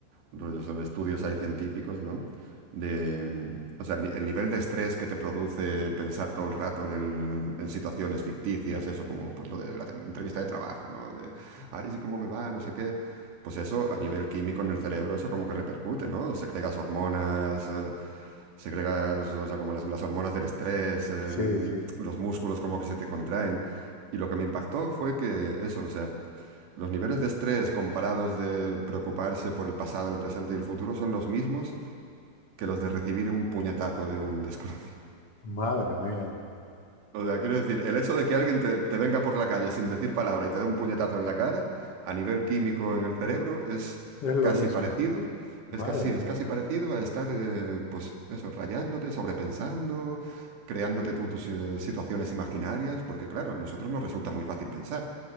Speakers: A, on the right (about 65°); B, on the left (about 50°).
A: rollo sobre estudios hay científicos, ¿no? De, o sea, ni- el nivel de estrés que te produce pensar todo el rato en, el- en situaciones ficticias, eso como pues lo de la tre- entrevista de trabajo, ¿no? De, ay, sí, cómo me va, no sé qué. Pues eso, a nivel químico en el cerebro, eso como que repercute, ¿no? Segregas hormonas, eh, segregas, o sea, como las, las hormonas del estrés, eh,
B: sí, sí.
A: los músculos como que se te contraen. Y lo que me impactó fue que eso, o sea, los niveles de estrés comparados de preocuparse por el pasado, el presente y el futuro son los mismos que los de recibir un puñetazo de un desconocido. <laughs>
B: Madre mía,
A: O sea, quiero decir, el hecho de que alguien te, te venga por la calle sin decir palabra y te dé un puñetazo en la cara, a nivel químico en el cerebro, es
B: es lo
A: casi
B: mismo.
A: parecido, es
B: Madre
A: casi, es
B: mía.
A: casi parecido a estar, eh, pues eso, rayándote, sobrepensando, creándote tú tus eh, situaciones imaginarias, porque claro, a nosotros nos resulta muy fácil pensar,